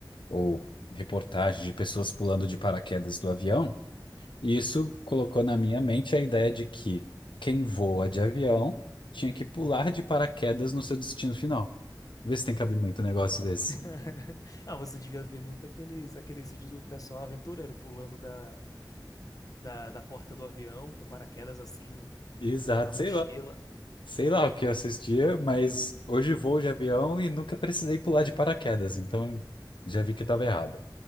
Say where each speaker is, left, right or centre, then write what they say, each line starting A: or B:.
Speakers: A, on the left; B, on the left.
A: ou reportagens de pessoas pulando de paraquedas do avião, e isso colocou na minha mente a ideia de que quem voa de avião tinha que pular de paraquedas no seu destino final. Vê se tem cabimento um negócio desse.
B: <laughs> Ah, você devia ver muito aqueles, aqueles vídeos do pessoal aventureiro pulando da, da, da porta do avião com paraquedas assim no,
A: Exato,
B: na mochila.
A: sei lá. Sei lá o que eu assistia, mas hoje voo de avião e nunca precisei pular de paraquedas, então já vi que estava errado.